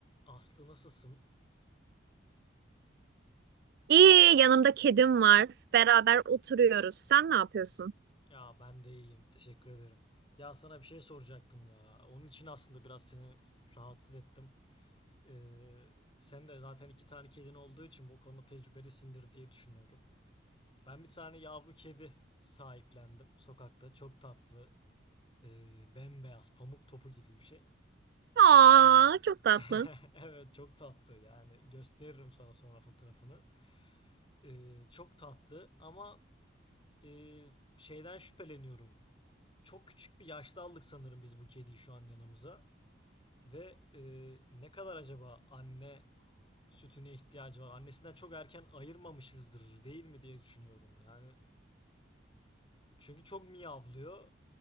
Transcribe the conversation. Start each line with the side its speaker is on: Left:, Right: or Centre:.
Left: Aslı nasılsın?
Right: İyi, yanımda kedim var. Beraber oturuyoruz. Sen ne yapıyorsun?
Left: Ya ben de iyiyim. Teşekkür ederim. Ya sana bir şey soracaktım ya. Onun için aslında biraz seni rahatsız ettim. Ee, sen de zaten iki tane kedin olduğu için bu konuda tecrübelisindir diye düşünüyorum. Ben bir tane yavru kedi sahiplendim sokakta. Çok tatlı. Ee, bembeyaz, pamuk topu gibi bir şey.
Right: Aa,
Left: Ee,
Right: çok tatlı.
Left: <laughs> evet çok tatlı yani. Gösteririm sana sonra fotoğrafını. Ee, çok tatlı ama e, şeyden şüpheleniyorum. Çok küçük bir yaşta aldık sanırım biz bu kediyi şu an yanımıza. Ve e, ne kadar acaba anne sütüne ihtiyacı var? Annesinden çok erken ayırmamışızdır değil mi diye düşünüyorum. Yani çünkü çok miyavlıyor